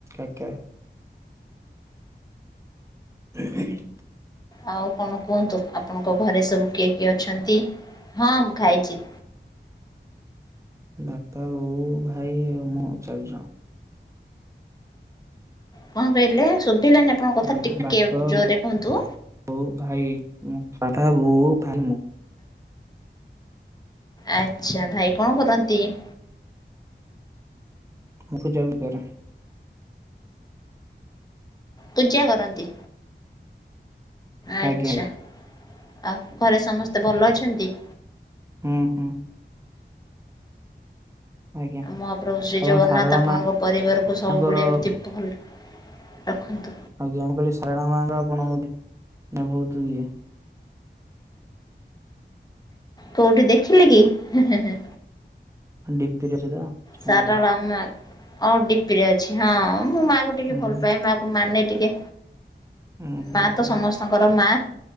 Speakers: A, on the right (about 15°); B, on the left (about 20°).
A: ଆଜ୍ଞା। ହ <unintelligible>
B: ଆଉ କଣ କୁହନ୍ତୁ, ଆପଣଙ୍କ ଘରେ ସବୁ କିଏ କିଏ ଅଛନ୍ତି? ହଁ ମୁଁ ଖାଇଛି।
A: ବାପା, ବୋଉ, ଭାଇ, ଆଉ ମୁଁ ଚାରିଜଣ।
B: କଣ କହିଲେ ଶୁଭିଲାନି ଆପଣଙ୍କ କଥା
A: କହିଲି
B: ଟିକେ
A: ବାପା,
B: ଜୋରରେ କୁହନ୍ତୁ?
A: ବୋଉ, ଭାଇ ମୁଁ ବାପା, ବୋଉ, ଭାଇ, ମୁଁ।
B: ଆଛା ଭାଇ କଣ କରନ୍ତି? <inaudible>
A: ମୁଁ ପୂଜା ବି କରେ।
B: ପୂଜା କରନ୍ତି। ଆଚ୍ଛା।
A: ଆଜ୍ଞା ଆଜ୍ଞା
B: ଆଉ ଘରେ ସମସ୍ତେ ଭଲ ଅଛନ୍ତି?
A: ହୁଁ - ହୁଁ। ଆଜ୍ଞା।
B: ମହାପ୍ରଭୁ ଶ୍ରୀ
A: ଆପଣ
B: ଜଗନ୍ନାଥ
A: ସାରଳା
B: ଆପଣଙ୍କ ପରିବାରକୁ
A: ମାଙ୍କର
B: ସବୁବେଳେ ଏମିତି ଭଲ ରଖନ୍ତୁ।
A: ଆଜ୍ଞା ମୁଁ କହିଲି ସାରଳା ମାଙ୍କ ଆପଣ ବହୁତ ଇଏ
B: କୋଉଠି ଦେଖିଲେ କି? ହେଁ- ହେଁ
A: ଡି ପି ରେ ଅଛି ତ। ସେଥିପାଇଁ
B: ସାରଳା
A: କହିଲି
B: ମା ଓ ଡିପିରେ ଅଛି, ହଁ ମୁଁ ମା କୁ ଟିକେ
A: ହୁଁ
B: ଭଲ ପାଏ। ମା କୁ ମାନେ ଟିକେ
A: ହୁଁ ହୁଁ
B: ମା ତ
A: ହୁଁ
B: ସମସ୍ତଙ୍କର ମା